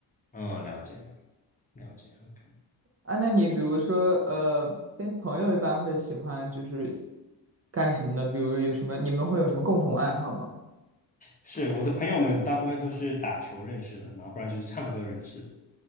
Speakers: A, on the left (about 20°); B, on the right (about 35°).
A: 嗯，了解了解，OK，
B: 啊，那你比如说呃，跟朋友一般会喜欢就是干什么呢？比如有什么你们会有什么共同爱好吗？
A: 是我的朋友们大部分都是打球认识的，然后不然就是唱歌认识的，